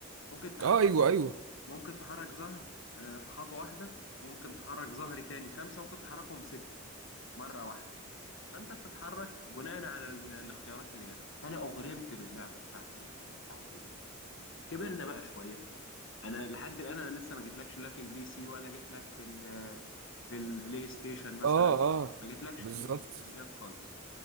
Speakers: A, on the left (about 65°); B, on the right (about 80°).
A: ممكن تح...
B: اه
A: تح-
B: ايوه
A: ممكن
B: ايوه
A: ممكن تحرك زهر آه، خطوه واحده ممكن تحرك زهري تاني خمسه ممكن تحركهم سته مره واحده فانت بتتحرك بناء على ال- الاختيارات اللي جات لك فانا اغرمت باللعبه بتاعت ال... بتاعت الطاوله كبرنا بقى شويه انا لحد الان انا لسه ما جيتلكش لا في البي سي ولا جيتلك في ال... في البلاي ستيشن مثلا
B: اه اه
A: ما جيتلكش
B: بالظبط
A: في الالكترونيات خالص